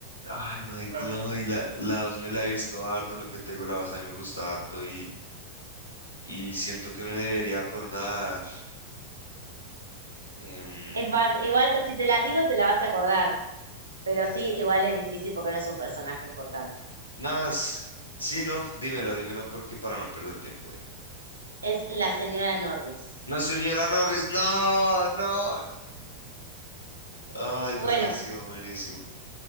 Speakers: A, on the left; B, on the right.
A: ay, Mike,
B: Es re
A: no,
B: difícil.
A: y la, la dos me la he visto harto, lo que tengo la dos a mí me gusta harto y, y siento que me debería acordar. em,
B: Es fácil. Igual que si te la digo, te la vas a acordar. Pero sí, igual es difícil porque no es un personaje importante.
A: nada, s- sí, no, dímelo, dímelo porque para no perder tiempo, dímelo.
B: Es la señora Norris.
A: No, señora Norris, no, no. no. Ay,
B: Bueno,
A: buenísimo, buenísimo.